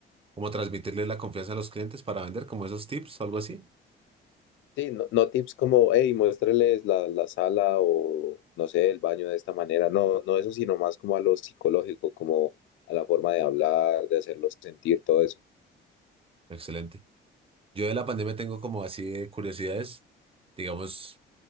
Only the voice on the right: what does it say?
como transmitirle la confianza a los clientes para vender, como esos tips o algo así.
Excelente. Yo de la pandemia tengo como así de curiosidades, digamos,